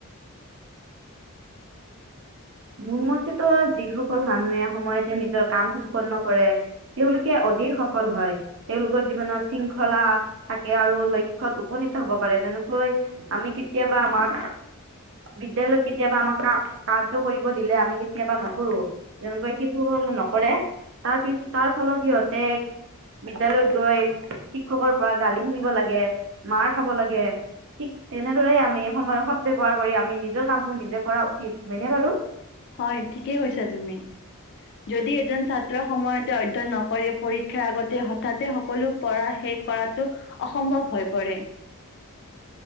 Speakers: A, on the right; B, on the left.
A: মোৰ মতেটো যিসকল মানুহে সময়তে নিজৰ কাম সম্পূৰ্ণ কৰে। তেওঁলোকে অধিক অধিক সফল হয়। তেওঁলোকৰ জীৱনত শৃংখলা থাকে আৰু লক্ষ্যত উপনীত হ'ব পাৰে। যেনেকৈ- আমি কেতিয়াবা আমাক, বিদ্যালয়ত কেতিয়াবা আমাক কা- মটো কৰিব দিলে আমি কেতিয়াবা নকৰো, যেনেকৈ শিশু হ'ল নকৰে। তাৰ পিছ, তাৰ ফলত সিহঁতে বিদ্যালয়ত গৈ শিক্ষকৰ পৰা গালি শুনিব লাগে, মাৰ খাব লাগে। ঠিক তেনেদৰে, আমি সময় শব্দ ব্যৱহাৰ কৰি আমি নিজৰ কামবোৰ নিজে কৰা উচিত হয়নে বাৰু।
B: হয়, ঠিকেই কৈছা তুমি। যদি এজন ছাত্ৰ সময়তে অধ্যয়ন নকৰে, পৰীক্ষাৰ আগতে সততে সকলো পৰা শেষ কৰাটো অসম্ভৱ হৈ পৰে।